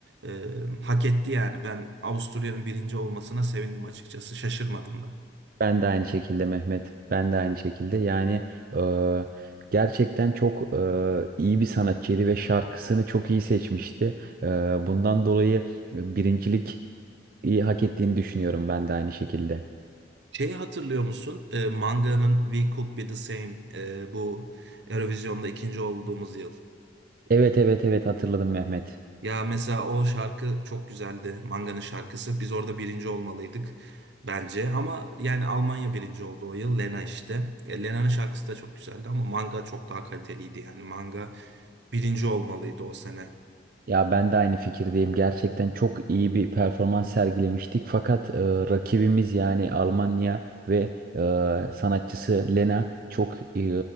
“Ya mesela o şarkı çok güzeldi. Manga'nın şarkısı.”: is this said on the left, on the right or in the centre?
Right